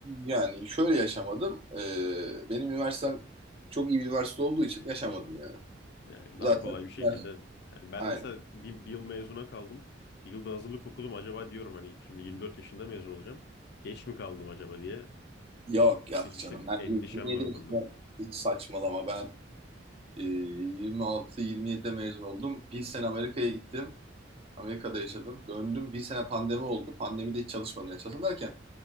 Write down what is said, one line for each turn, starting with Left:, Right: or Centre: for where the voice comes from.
Right: yani şöyle yaşamadım. E, benim üniversitem çok iyi bir üniversite olduğu için yaşamadım yani.
Left: Yani daha
Right: Zaten
Left: kolay bir şekilde.
Right: üniversite-
Left: Yani ben
Right: aynen.
Left: mesela bir, bir yıl mezuna kaldım. Bir yılda hazırlık okudum. Acaba diyorum hani şimdi 24 yaşında mezun olacağım. Geç mi kaldım acaba diye.
Right: Yok yok
Left: Bir, bir
Right: canım
Left: tık
Right: ben
Left: endişem
Right: 27
Left: var o
Right: yaşında
Left: konuda.
Right: hiç saçmalama ben e, 26-27'de mezun oldum. Bir sene Amerika'ya gittim. Amerika'da yaşadım. Döndüm bir sene pandemi oldu. Pandemide hiç çalışmadım. Yani çalışmadım derken